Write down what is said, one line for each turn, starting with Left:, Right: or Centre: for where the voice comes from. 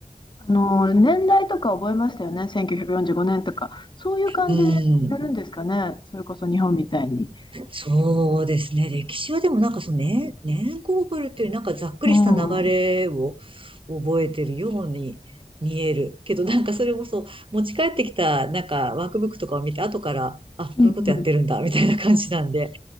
Left: あの、年代とか覚えましたよね。1945年とか。そういう感じでやるんですかね。
Right: うん。
Left: それこそ日本みたいに。
Right: そうですね。歴史はでもなんかその年、年号ブルっていうなんかざっくりした流れを
Left: うん。うん
Right: 覚えてるように見える。けどなんかそれもそう、持ち帰ってきたなんかワークブックとかを見て後から、あ、こういうことやってるんだみたいな感じなんで、
Left: うん。